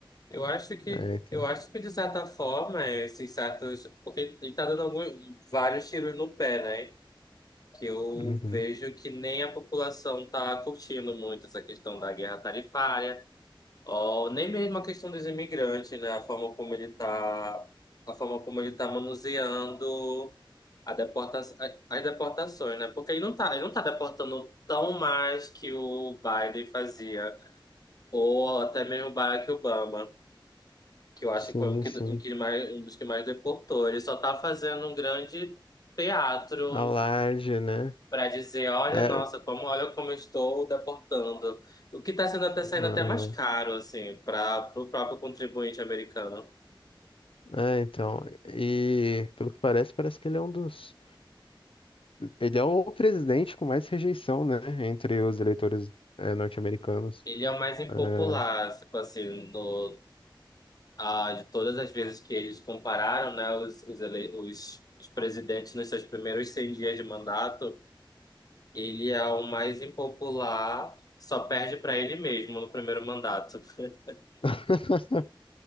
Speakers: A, on the left; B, on the left.
A: Eu acho que,
B: É, então,
A: eu acho que de certa forma, esses certos, porque ele tá dando algum- vários tiros no pé, né? Que eu
B: uhum.
A: vejo que nem a população tá curtindo muito essa questão da guerra tarifária. Ó, nem mesmo a questão dos imigrantes, né? A forma como ele tá, a forma como ele tá manuseando a deporta, a- as deportações, né? Porque ele não tá, ele não tá deportando tão mais que o Biden fazia, ou até mesmo o Barack Obama, que eu acho
B: Sim,
A: que foi um, que,
B: sim.
A: um, que mais, um dos que mais deportou. Ele só tá fazendo um grande teatro
B: A laje, né?
A: para dizer, olha,
B: É,
A: nossa, como olha como eu estou deportando. O que está sendo até saindo
B: ah,
A: até mais caro, assim, para o próprio contribuinte americano.
B: é, então. E pelo que parece, parece que ele é um dos. Ele é o presidente com mais rejeição, né? Entre os eleitores eh, norte-americanos.
A: Ele é o mais impopular,
B: É.
A: tipo assim, no, ah, de todas as vezes que eles compararam, né, os, os, ele, os, os presidentes nos seus primeiros 100 dias de mandato, ele é o mais impopular, só perde para ele mesmo no primeiro mandato. <laughs>
B: <laughs>